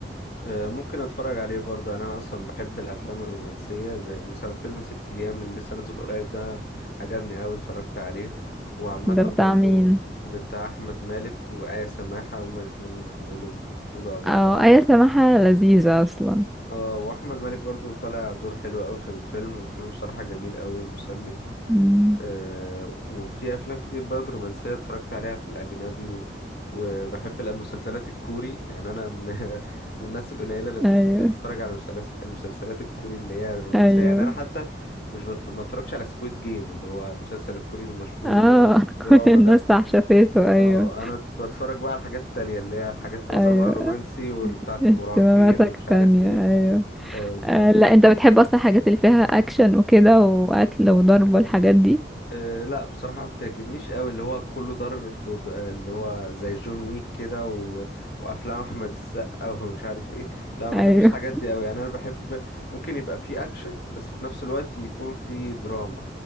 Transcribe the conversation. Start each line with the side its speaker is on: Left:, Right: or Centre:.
Left: آه، ممكن اتفرج عليه برضه يعني انا اصلا بحب الافلام الرومانسيه زي مثلا فيلم ست ايام اللي لسه نازل قريب ده عجبني أوي اتفرجت عليه وعامه
Centre: ده بتاع
Left: برضه
Centre: مين؟
Left: بتاع احمد مالك وآية سماحه هما الاتنين عاملينهم بطوله مع
Centre: أو
Left: بعض
Centre: آية سماحة لذيذة أصلا
Left: اه واحمد مالك برضه طالع دور حلو أوي في الفيلم الفيلم بصراحه جميل أوي ومسلي
Centre: مم.
Left: آه، وفي افلام كتير برضه رومانسيه اتفرجت عليها في الاجنبي و... وبحب المسلسلات الكوري يعني انا من <laughs> من الناس القليله اللي بتحب
Centre: أيوه
Left: تتفرج على المسلس- المسلسلات الكوري اللي هي الرومانسيه
Centre: أيوه
Left: يعني انا حتى مش بت... ما اتفرجش على سكويد جيم اللي هو المسلسل الكوري المشهور
Centre: اه
Left: اللي هو
Centre: <laughs>
Left: الدراما
Centre: كل الناس
Left: ده
Centre: عشفته ايوه
Left: اه انا ت- بتفرج بقى على حاجات تانية اللي هي حاجات معظمها
Centre: ايوه
Left: رومانسي وبتاعه
Centre: اهتماماتك
Left: المراهقين ومش عارف
Centre: ثانية
Left: ايه
Centre: ايوه
Left: آه، بالظبط
Centre: آه لا انت بتحب اصلا الحاجات اللي فيها اكشن وكده وقتل وضرب والحاجات دي
Left: أه لا بصراحة ما بتعجبنيش قوي اللي هو كله ضرب آه، اللي هو زي جون ويك كده و... وافلام احمد السقا ومش عارف ايه لا ما
Centre: ايوه
Left: بحبش الحاجات دي قوي يعني انا بحب ممكن يبقى فيه اكشن بس في نفس الوقت يكون فيه دراما